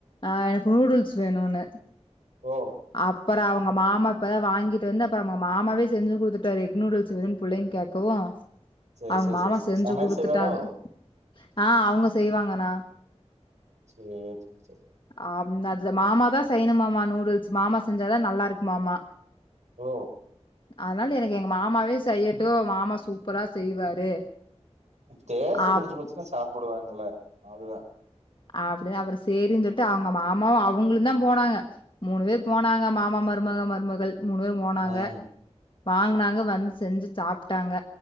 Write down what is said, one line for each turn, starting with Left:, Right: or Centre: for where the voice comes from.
Left: ஆ எனக்கு நூடுல்ஸ் வேணுன்னு
Right: ஓ
Left: அப்புறம் அவங்க மாமா இப்பதா வாங்கிட்டு வந்து அப்பற அவங்க மாமாவே செஞ்சு குடுத் ட்டாரு எக் நூடுல்ஸ் வேணுனு புள்ளைங்க கேக்கவு
Right: சேரி
Left: அவங்க
Right: சேரி
Left: மாமா
Right: சேரி சேரி
Left: செஞ்சு
Right: சமையல்
Left: குடுத்துட்டாங்க
Right: செய்வாரோ
Left: ஆ அவங்க செய்வாங்கனா
Right: சேரி செ செ
Left: ஆம் அதுல மாமா தா செய்யணும் மாமா நூடுல்ஸ் மாமா செஞ்சாதா நல்லாருக்கும்மா மா
Right: ஓ
Left: அதனால எனக்கு எங்க மாமாவே செய்யட்டு மாமா சூப்பரா செய்வாரு
Right: டேஸ்ட்டு
Left: அப்
Right: புடிச்சு போச்சுன்னா சாப்டுவாங்கல்ல அதுதா
Left: அப்டி தா அப்பற சேரின்னு சொல்லிட்டு அவங்க மாமாவு அவங்களுந்தா போனாங்க மூணு பேர் போனாங்க மாமா மருமக மருமகள் மூணு பேரும் போனாங்க
Right: ம்
Left: வாங்கனாங்க வந்து செஞ்சு சாப்ட்டாங்க